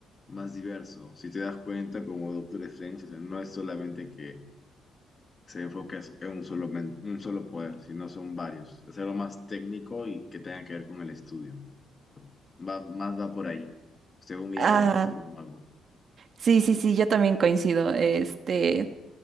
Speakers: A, on the left; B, on the right.
A: más diverso. Si te das cuenta, como Doctor Strange, o sea, no es solamente que se enfoque en un solo, men- un solo poder, sino son varios. Es algo más técnico y que tenga que ver con el estudio. Va, más va por ahí, según mi
B: Ah,
A: idea de ser un mago.
B: sí, sí, sí, yo también coincido. Este,